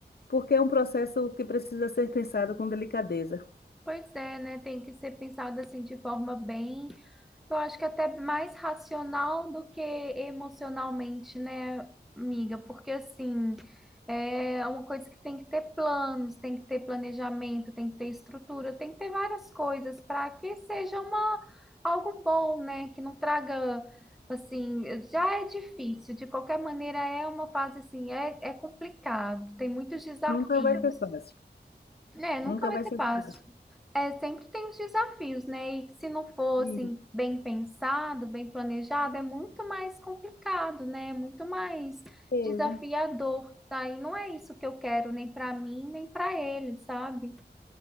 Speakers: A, on the left (about 65°); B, in the centre.
A: porque é um processo que precisa ser pensado com delicadeza.
B: Pois é, né? Tem que ser pensado assim de forma bem Eu acho que é até mais racional do que emocionalmente, né, amiga? Porque assim, é uma coisa que tem que ter planos, tem que ter planejamento, tem que ter estrutura, tem que ter várias coisas para que seja uma algo bom, né? Que não traga assim, já é difícil, de qualquer maneira é uma fase assim, é, é complicado, tem muitos desafios.
A: Nunca vai ser fácil,
B: né? nunca
A: nunca
B: vai
A: vai
B: ser
A: ser
B: fácil.
A: fácil.
B: É, sempre tem os desafios, né? E se não fossem
A: Isso,
B: bem pensado, bem planejado, é muito mais complicado, né? É muito mais
A: beleza.
B: desafiador, tá? E não é isso que eu quero, nem para mim, nem para ele, sabe?